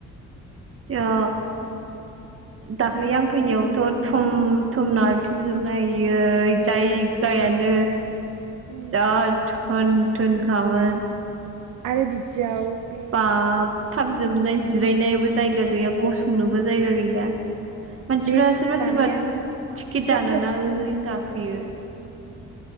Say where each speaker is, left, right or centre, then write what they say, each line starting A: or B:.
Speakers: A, on the right; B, on the right.
A: ओ दाख्लै आं फैनायावथ थुम थुम नारथुमजोबनाय आयै जायगायानो
B: उम
A: जा थोन थोनखामोन
B: आरो बिदियाव बे
A: बा थाब जोबनाय जिरायनायाबो जायगा गैया
B: उम
A: गसंनोबो जायगा गैया गैया मानसिफ्रा
B: बेगफोर
A: सोरबा
B: लानाया
A: सोरबा
B: फैसा
A: टिकेट दाना
B: बुरजा बुरजा
A: ना ओरैनो
B: लाजाया बिदियाव
A: गाखोयो